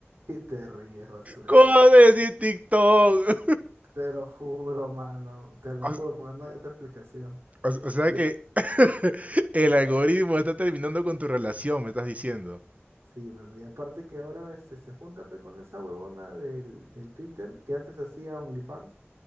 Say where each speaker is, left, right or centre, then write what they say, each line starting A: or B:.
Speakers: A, on the right (about 80°); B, on the right (about 30°).
A: Y te ríes, basura.
B: ¿Cómo decir TikTok?
A: Te lo juro, mano. Te lo
B: O,
A: juro, porque no hay otra explicación.
B: o- o sea
A: Y
B: que <laughs> el algoritmo está terminando con tu relación, me estás diciendo.
A: Sí, mano. Y aparte que ahora este, se junta pe, con esa huevona del, del Twitter que antes hacía OnlyFans